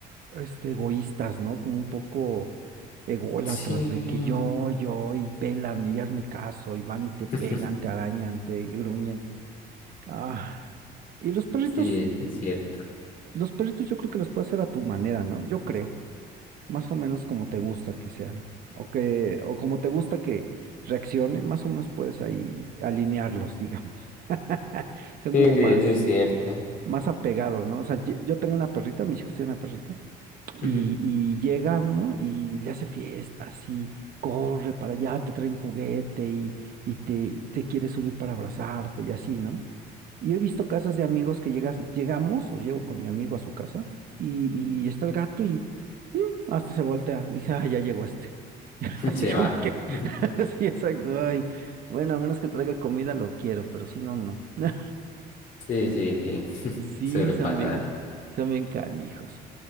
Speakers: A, on the right (about 60°); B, on the left (about 55°).
A: este, egoístas, ¿no? Como un poco ególatras
B: Sí.
A: de que yo, yo, y pélame, y hazme caso, y van y te pegan,
B: <laughs>
A: te arañan, te gruñen. Ah, y los perritos,
B: Sí, eso es cierto.
A: los perritos yo creo que los puedes hacer a tu manera, ¿no? Yo creo, más o menos como te gusta que sean, o que, o como te gusta que reaccionen, más o menos puedes ahí alinearlos, digamos. <laughs> Son
B: Sí,
A: como
B: sí,
A: más,
B: eso es cierto.
A: más apegados, ¿no? O sea, ye- yo tengo una perrita, mis hijos tienen una perrita. Y,
B: Ujú,
A: y llega uno y le hace fiestas y corre para allá, te trae un juguete y, y te, te quiere subir para abrazarte y así, ¿no? Y he visto casas de amigos que llegas, llegamos o llego con mi amigo a su casa y, y está el gato y mm, hasta se voltea, dice, ah, ya llegó este. <laughs>
B: ujú.
A: Así
B: <laughs> Se
A: como
B: va.
A: que,
B: <laughs>
A: <laughs> sí, exacto, ay, bueno, a menos que traiga comida lo quiero, pero si no, no. <laughs>
B: Sí, sí, sí. <laughs>
A: Sí,
B: Suele
A: son
B: pasar.
A: bien, son bien canijos.